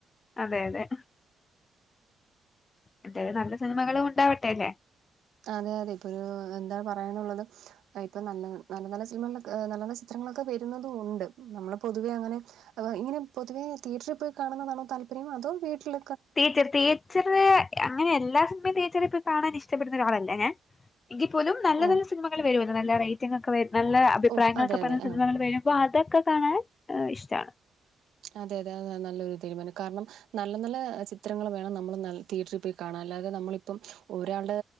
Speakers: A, on the left (about 35°); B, on the right (about 75°).
A: അതെ അതെ എന്തായാലത് നല്ല സിനിമകളും ഉണ്ടാവട്ടെ അല്ലെ
B: അതെ അതെ ഇപ്പൊ ഒരു എന്താ പറയന്നുള്ളത് ഇപ്പൊ നല്ല നല്ല നല്ല സിനിമകള നല്ല നല്ല ചിത്രങ്ങളൊക്കെ വരുന്നതും ഉണ്ട് നമ്മള് പൊതുവെ അങ്ങനെ അ ഇങ്ങനെ പൊതുവെതിയറ്ററിൽ പോയി കാണുന്നതാണോ താല്പര്യം അതോ വീട്ടില
A: തിയേറ്റർ തിയേറ്റർ അങ്ങനെ എല്ലാ സിനിമയും തിയേറ്റർ പോയി കാണാൻ ഇഷ്ടപ്പെടുന്ന ഒരാളല്ല ഞാൻ എങ്കിൽ പോലും നല്ല
B: ഓ
A: നല്ല സിനിമകൾ വരും അല്ല നല്ല റേറ്റിംഗ് ഒക്കെ വരുന്ന നല്ല അഭിപ്രായങ്ങളൊക്കെ
B: ഓ അതെ
A: പറഞ്ഞ
B: അതെ
A: സിനിമകൾ
B: ആ
A: വരും അപ്പ അതൊക്കെ കാണാൻ ഇഷ്ടമാണ്
B: അതെ അതെ അത നല്ലൊരു തീരുമാനം കാരണം നല്ല നല്ല ചിത്രങ്ങൾ വേണം നമ്മൾ തിയേറ്ററിൽ പോയി കാണാൻ അല്ലാതെ നമ്മളിപ്പം ഒരാൾടെ